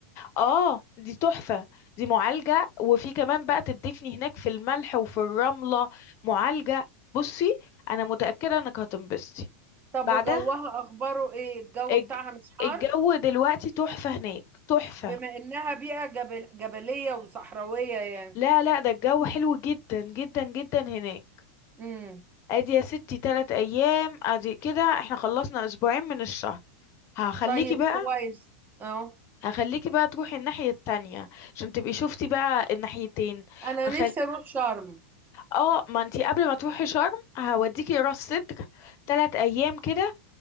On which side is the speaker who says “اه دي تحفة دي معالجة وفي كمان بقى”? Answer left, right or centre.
Left